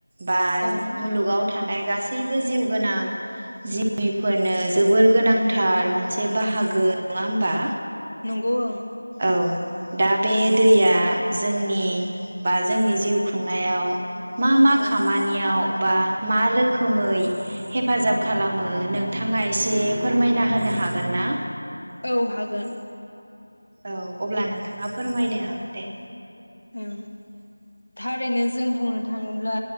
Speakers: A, on the right; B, on the left.
A: बा
B: ओं
A: मुलुगाव थानाय गासैबो जिउ गोनां जिबिफोरनो जोबोर गोनांथार मोनसे बाहागो नङा होमबा
B: नंगौ ओं
A: औ दा बे दैया जोंनि बा जोंनि जिउ खुंनायाव मा मा
B: ओं
A: खामानियाव बा मा रोखोमै हेफाजाब खालामो नोंथाङा एसे फोरमायना होनो हागोन ना
B: औ हागोन
A: औ अब्ला नोंथाङा फोरमायनो हागोन दे
B: ओं थारैनो जों बुंनो था थाङोब्ला